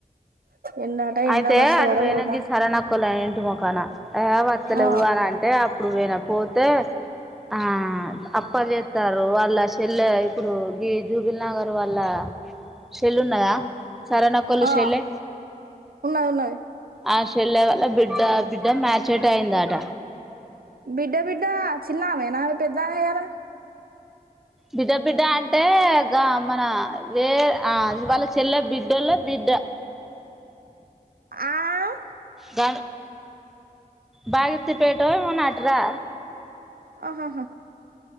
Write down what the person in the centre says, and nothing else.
అయితే
అటు
వొయిన ఈ సరవనక్కలు ఇంటి మొకాన ఏ వాత్తలేవు
అని అంటే అప్పుడు పోయినా పోతే ఆ అప్పలు చెస్తారు వాళ్ళ చెెల్లె ఇప్పుడు గి జూబిల్ నగర్ వాళ్ళ షెల్లె ఉన్నదా సరనక్కొల
షెల్లే
ఆ చెల్లె వల్ల బిడ్డ బిడ్డ మ్యాచట్ డె అయింద అట
బిడ్డ బిడ్డ అంటే గా మన వే ఆజి వాల చెల్ల బిడ్డోల బిడ్డ
గ బాగితి పేటె ఏమోనో అట్రా